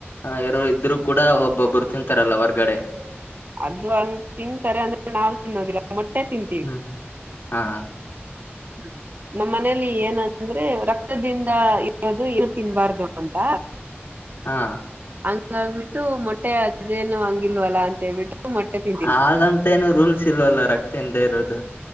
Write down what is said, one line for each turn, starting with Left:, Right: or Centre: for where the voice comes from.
Left: ಹ ಇರೋರು ಇದ್ರು ಕೂಡ ಒಬ್ಬೊಬ್ರು ತಿಂತಾರಲ್ಲ ಹೊರ್ಗಡೆ
Right: ಅದ್ಂಗ ತಿಂತಾರೆ ಅಂದ್ರೆ ನಾವವು ತಿನ್ನದಿಲ್ಲ ಮೊಟ್ಟೆ ತಿಂತೀವಿ
Left: ಹ್ಮ್ ಹಾ
Right: ಹ್ಮ ನಮ್ಮ ಮನೇಲಿ ಏನಂದ್ರೆ ರಕ್ತದಿಂದ ಇರೋದು ಏನು ತಿನ್ಬಾರ್ದು ಅಂತ
Left: ಹಾ
Right: ಹಂಗಾಗಬಿಟ್ಟು ಮೊಟ್ಟೆ ಅದೇನು ಹಂಗಿಲ್ವಲ್ಲ ಅಂತ ಹೇಳ್ಬಿಟ್ಟು ಮಟ್ಟ
Left: ಹಾಗಂತೇನು ರೂಲ್ಸ್ ಇಲ್ವಲ್ಲ ರಕ್ತದಿಂದ ಇರೋದು